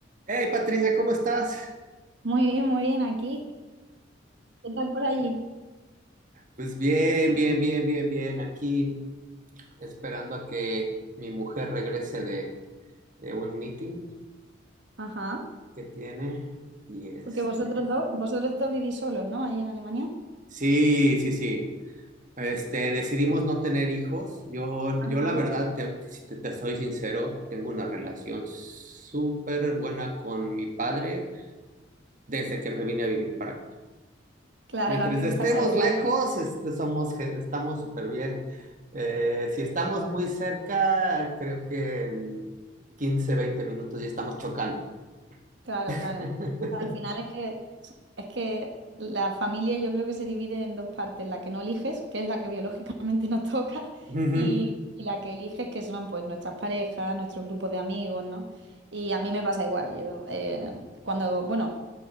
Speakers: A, on the right; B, on the right.
A: Hey Patricia, ¿cómo estás?
B: Muy bien, muy bien, aquí. ¿Qué tal por allí?
A: Pues bien, bien, bien, bien, bien. Aquí esperando a que mi mujer regrese de, de un meeting
B: Ajá,
A: que tiene. Y este,
B: Porque vosotros dos, vosotros dos vivís solos, ¿no? Allí en Alemania.
A: sí, sí, sí. Este, decidimos no tener hijos. Yo,
B: ajá.
A: yo la verdad, te, si te, te soy sincero, tengo una relación súper buena con mi padre desde que me vine a vivir para acá.
B: Claro,
A: Entre
B: a mí
A: si
B: me
A: estemos
B: pasa igual.
A: lejos, este, somos, ge- estamos súper bien. Eh, si estamos muy cerca, creo que en 15, 20 minutos ya estamos chocando.
B: Claro,
A: <laughs>
B: claro. Al final es que es que la familia yo creo que se divide en dos partes, la que no eliges, que es la que biológicamente <laughs> nos toca,
A: Ujú,
B: y, y la que eliges, que son pues nuestras parejas, nuestros grupos de amigos, ¿no? Y a mí me pasa igual. Yo eh, cuando, bueno,